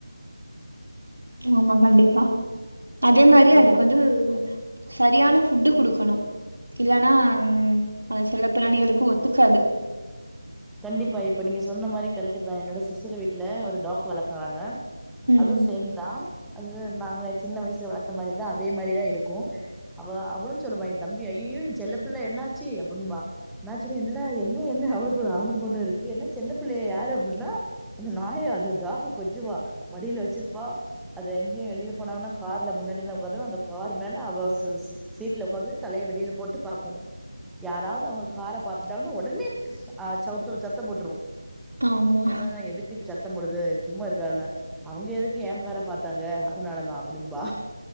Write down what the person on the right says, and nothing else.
ஆமா கண்டிப்பா அதே மாரி
அதுக்கு வந்து சரியான ஃபுட்டு குடுக்கணு இல்லன்னா ம் அது செல்ல பிராணிகளுக்கு ஒத்துக்காது
ம்.
ஆமா.